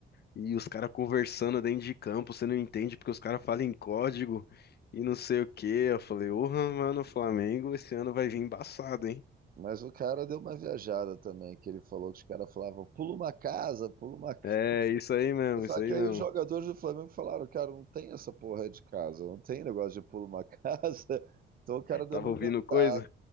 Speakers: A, on the left (about 55°); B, on the right (about 45°).
A: E os caras conversando dentro de campo, você não entende porque os caras falam em código e não sei o quê. Eu falei, porra, mano, o Flamengo esse ano vai vir embaçado, hein?
B: Mas o cara deu uma viajada também, que ele falou que os caras falavam, pula uma casa, pula uma casa.
A: É, isso aí mesmo,
B: Só
A: isso aí
B: que aí
A: mesmo.
B: os jogadores do Flamengo falaram, cara, não tem essa porra de casa, não tem negócio de pula uma casa. <laughs> Então o cara deu
A: Tava
B: uma
A: ouvindo
B: inventada.
A: coisa?